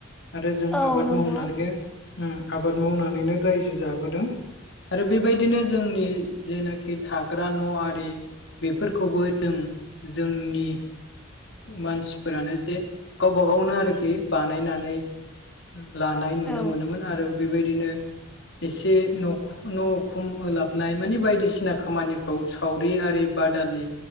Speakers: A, on the left; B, in the centre.
A: आरो जों
B: औ
A: आबाद
B: नंगौ
A: मावनानैनो उम आबाद मावनानैनो रायजो जाबोदों। आरो बेबायदिनो जोंनि जेनाखि थाग्रा न' आरि बेफोरखौबो जों जोंनि मानसिफोरानो जे गावबा गावनो आरोखि बानायनानै लानाय नुनो
B: औ
A: मोनोमोन आरो बेबायदिनो एसे न'ख न' खुम ओलाबनाय मानि बायदिसिना खामानिफ्राव सावरि आरि बादालि